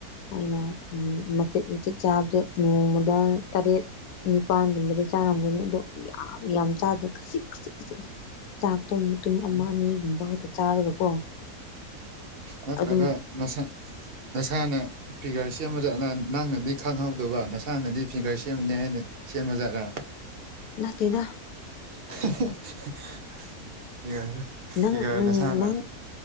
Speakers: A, on the left (about 75°); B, on the right (about 55°).
A: ꯑꯩꯅ ꯎꯝ ꯃꯆꯦꯠ ꯃꯆꯦꯠ ꯆꯥꯕꯁꯦ ꯅꯣꯡꯃꯗ ꯇꯔꯦꯠ ꯅꯤꯄꯥꯟꯒꯨꯝꯕꯗꯤ ꯆꯥꯔꯝꯒꯅꯤ ꯑꯗꯣ ꯌꯥꯝ ꯌꯥꯝ ꯆꯥꯗꯦ ꯈꯖꯤꯤꯛ ꯈꯖꯤꯛ ꯈꯖꯤꯛ ꯈꯖꯤꯛ ꯅꯤ ꯆꯥꯛꯇꯣ ꯃꯇꯨꯝ ꯑꯃ
B: ꯎꯝ
A: ꯑꯅꯤꯒꯨꯝꯕ ꯈꯛꯇ ꯆꯥꯔꯒꯀꯣ
B: ꯅꯠꯇ꯭ꯔꯒ
A: ꯑꯗꯨꯝ
B: ꯅꯁꯥ ꯅꯁꯥꯅ ꯐꯤꯒꯔ ꯁꯦꯝꯃꯖꯥꯠꯂ ꯅꯪꯅꯗꯤ ꯈꯪꯍꯧꯗꯕ ꯅꯁꯥꯅꯗꯤ ꯐꯤꯒꯔ ꯁꯦꯝꯕꯅꯤ ꯍꯥꯏꯅ ꯁꯦꯝꯃ ꯖꯥꯠꯂ
A: ꯅꯥꯠꯇꯦꯗ
B: <unintelligible>
A: ꯅꯪ ꯎꯝ
B: ꯅꯁꯥꯅ
A: ꯅꯪ